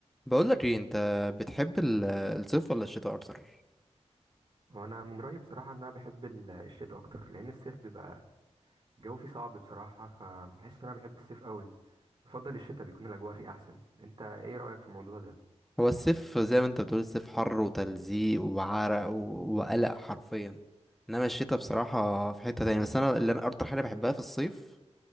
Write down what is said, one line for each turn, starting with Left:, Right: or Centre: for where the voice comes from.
Centre: بقول لك ايه انت بتحب ال- الصيف ولا الشتاء اكتر
Right: وانا من رايي بصراحه ان انا بحب ال- الشتاء اكتر لان الصيف بيبقى الجو فيه صعب بصراحه فبحس ان انا بحب الصيف قوي بفضل الشتاء بيكون الاجواء فيه احسن انت ايه رايك في الموضوع ده
Centre: هو الصيف زي ما انت بتقول الصيف حر وتلزيق وعرق و- وقلق حرفيا انما الشتاء
Right: مم.
Centre: بصراحة في حتة تانية بس انا اللي انا اكتر حاجة بحبها في الصيف